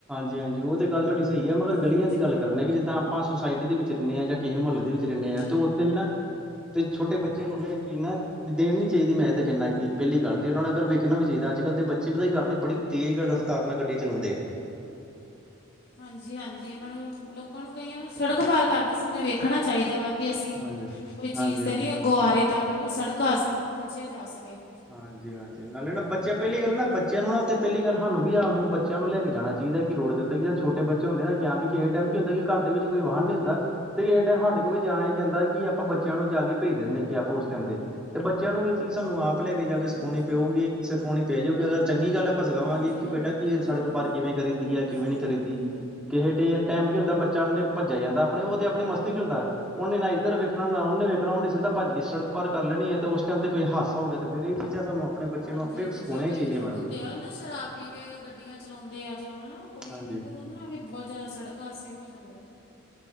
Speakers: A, in the centre; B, on the left.
A: ਹਾਂਜੀ, ਹਾਂਜੀ ਉਹ ਤਾਂ ਗੱਲ ਤੁਹਾਡੀ ਸਹੀ ਹੈ, ਮਗਰ ਗਲੀਆਂ
B: ਹਨਾ ਜੀ
A: ਦੀ ਗੱਲ ਕਰਨ ਕਿ ਜਿੱਦਾਂ ਆਪਾਂ ਸੁਸਾਇਟੀ ਦੇ ਵਿੱਚ ਰਹਿੰਦੇ ਹਾਂ, ਜਾਂ ਕਿਸੇ ਮੁਹੱਲੋ ਦੇ ਵਿੱਚ ਰਹਿੰਦੇ ਹਾਂ
B: ਹੈਲ
A: ਤੇ ਉੱਥੇ ਵੀ ਨਾ ਤੇ ਛੋਟੇ ਬੱਚਿਆਂ ਨੂੰ ਨੇ ਕਿ ਨਾ ਦੇਣੀ ਨੀ ਚਾਹੀਦੀ ਮੈਂ ਤਾਂ ਕਹਿੰਦਾ ਕਿ ਪਹਿਲੀ ਗੱਲ ਤੇ ਉਹਨਾਂ ਨੂੰ ਅਗਰ ਵੇਖਣਾ ਵੀ ਚਾਹੀਦਾ ਅੱਜ- ਕੱਲ੍ਹ ਦੇ ਬੱਚੇ ਪਤਾ ਕਿ ਕਰ ਦੇ ਬੜੀ ਤੇਜ਼ਗੜ ਰਫ਼ਤਾਰ ਨਾਲ ਗੱਡੀਆਂ ਚਲਾਉਂਦੇ ਆ।
B: ਹਾਂਜੀ, ਹਾਂਜੀ ਇਹਨਾਂ ਨੂੰ ਲੋਕਾਂ ਨੂੰ ਕਈਆਂ ਨੂੰ ਸੜਕ ਪਾਰ ਕਰਦੇ ਸਮੇਂ ਵੇਖਣਾ ਚਾਹੀਦਾ ਵਾ ਕਿ ਅਸੀਂ
A: ਹਾਂਜੀ, ਹਾਂਜੀ,
B: ਕੋਈ ਚੀਜ਼ ਤੇ
A: ਹਾਂਜੀ।
B: ਨਹੀਂ ਅੱਗੋਂ ਆ ਰਹੇ, ਤਾਂ ਕਿ ਜੋ ਸੜਕ ਹਾਦਸਾ ਤੋ ਬਚਿਆ ਜਾ ਸਕੇ।
A: ਹਾਂਜੀ, ਹਾਂਜੀ। ਨਾਲ ਨਾ ਬੱਚਿਆਂ ਪਹਿਲੀ ਗੱਲ ਨਾ ਬੱਚਿਆਂ ਨੂੰ ਨਾ ਪਹਿਲੀ ਗੱਲ ਸਾਨੂੰ ਵੀ ਆਪਹ ਨੂੰ ਬੱਚਿਆਂ ਨੂੰ ਲੈ ਕੇ ਜਾਣਾ ਚਾਹੀਦਾ, ਕਿ ਰੋਡ ਦੇ ਉੱਤੇ ਜਾਂ ਛੋਟੇ ਬੱਚੇ ਬੱਚੇ ਹੁੰਦੇ ਨੇ ਜਾ ਤੇ ਵੀ ਕਿਸੇ ਟਾਈਮ ਕੀ ਹੁੰਦਾ ਕਿ ਘਰ ਦੇ ਵਿੱਚ ਕੋਈ ਵਾਹਨ ਨੀ ਹੁੰਦਾ ਤੇ ਇਹ ਟਾਈਮ ਸਾਡੇ ਕੋਲ ਵੀ ਜਾਣਾ ਹੀ ਜਾਂਦਾ, ਕਿ ਆਪਾਂ ਬੱਚਿਆਂ ਨੂੰ ਜਾ ਕੇ ਭੇਜ ਦਿੰਦੇ ਹਾ ਕਿ ਆਪ ਉਸ ਟਾਈਮ ਤੇ ਤੇ ਬੱਚਿਆਂ ਨੂੰ ਇਹ ਚੀਜ਼ ਸਾਨੂੰ ਆਪ ਲੈ ਕੇ ਜਾ ਕੇ ਸਿਖਾਉਣੀ
B: ਹਾਂਜੀ-ਹਾਂਜੀ,
A: ਪਊਗੀ ਸਿਖਾਉਣੀ ਪੈ ਜਾਊਗੀ, ਅਗਰ ਚੰਗੀ ਗੱਲ ਹੈ ਆਪ ਸਿਖਾਵਾਂਗੇ
B: ਹਾਂਜੀ-ਹਾਂਜੀ
A: ਕਿ ਬੇਟਾ
B: ਬਿਲਕੁਲ
A: ਕੀ ਇਹ ਸੜਕ ਪਾਰ
B: ਬਲ
A: ਕਿਵੇਂ ਕਰੀਦੀ
B: ਬਹੁਤ
A: ਹੈ, ਕਿਵੇਂ
B: ਸਹੀ
A: ਨਹੀਂ ਕਰੀਦੀ
B: ਗੱਲ ਕਹੀ ਤੁਸੀਂ
A: ਕਿਸੇ ਟਾਈਮ ਕੀ ਹੁੰਦਾ ਬੱਚਾ ਭੱਜਿਆ ਜਾਂਦਾ, ਆਪਣੇ ਉਹ ਤੇ ਆਪਣੀ ਮਸਤੀ ਚ ਹੁੰਦਾ ਉਹਨੇ ਨਾ ਇੱਧਰ ਵੇਖਣਾ ਨਾ ਉਹਨੇ ਵੇਖਣਾ ਤੇ ਉਹਨੇ ਸਿਧਾ ਭੱਜ ਕੇ ਸੜਕ ਪਾਰ ਕਰ ਲੈਣੀ ਹੈ, ਤੇ ਉਸ ਟਾਈਮ ਤੇ ਕੋਈ ਹਾਦਸਾ ਹੋ ਗਿਆ ਤੇ ਫੇਰ ਇਹ ਚੀਜ਼ਾਂ ਸਾਨੂੰ ਆਪਣੇ ਬੱਚੇ
B: ਹਾਂਜੀ
A: ਨੂੰ ਆਪੇ ਸਿਖਾਉਣੀਆਂ
B: ਜਿੱਦਾਂ ਕਈ
A: ਚਾਹੀਦੀਆਂ
B: ਲੋਕ
A: ਮੈਡਮ
B: ਹੁੰਦੇ ਆ ਨਾ ਸ਼ਰਾਬ ਪੀ ਕੇ ਗੱਡੀਆਂ ਚਲਾਉਂਦੇ ਆ ਜਾਂ ਹਨਾ ਕੋਈ
A: ਹਾਂਜੀ
B: ਵੀ, ਫੇਰ ਓ ਔਦੋ ਨਾਲ ਵੀ ਬਹੁਤ ਜ਼ਿਆਦਾ ਸੜਕ ਹਾਦਸੇ ਹੋ ਜਾਂਦੇ ਆ।